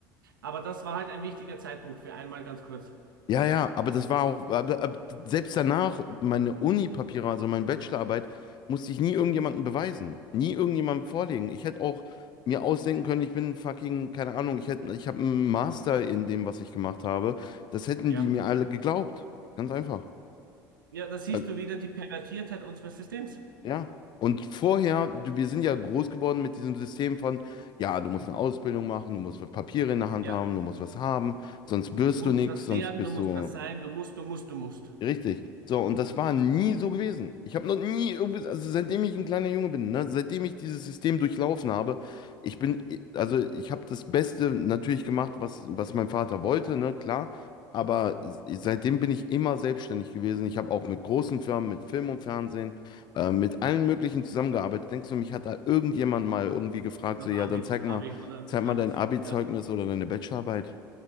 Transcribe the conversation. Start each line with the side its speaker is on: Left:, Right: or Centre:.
Right: Aber das war halt ein wichtiger Zeitpunkt für einmal ganz kurz.
Left: Ja, ja, aber das war auch, aber- aber selbst danach, meine Uni-Papiere, also meine Bachelorarbeit, musste ich nie irgendjemandem beweisen, nie irgendjemandem vorlegen. Ich hätte auch mir ausdenken können, ich bin fucking, keine Ahnung, ich hätte, ich habe einen Master in dem, was ich gemacht habe. Das hätten
Right: Ja.
Left: die mir alle geglaubt. Ganz einfach.
Right: Ja, da siehst
Left: Äh,
Right: du wieder die Pervertiertheit unseres Systems.
Left: ja. Und vorher, du, wir sind ja groß geworden mit diesem System von, ja, du musst eine Ausbildung machen, du musst Papiere in der Hand
Right: Ja.
Left: haben, du musst was haben, sonst wirst
Right: Du musst
Left: du nichts,
Right: was
Left: sonst
Right: werden,
Left: bist
Right: du musst
Left: du
Right: was sein, du musst, du musst, du musst.
Left: Richtig. So, und das war nie so gewesen. Ich habe noch nie, irgendwie- also seitdem ich ein kleiner Junge bin, ne, seitdem ich dieses System durchlaufen habe, ich bin, also ich habe das Beste natürlich gemacht, was, was mein Vater wollte, ne, klar. Aber seitdem bin ich immer selbstständig gewesen. Ich habe auch mit großen Firmen, mit Film und Fernsehen, äh, mit allen möglichen zusammengearbeitet. Denkst du, mich hat da irgendjemand mal irgendwie gefragt,
Right: Nach
Left: so, ja,
Right: Abi,
Left: dann zeig
Right: Abi
Left: mal,
Right: oder
Left: zeig
Right: sozusagen.
Left: mal dein Abi-Zeugnis
Right: Ja.
Left: oder deine Bachelorarbeit?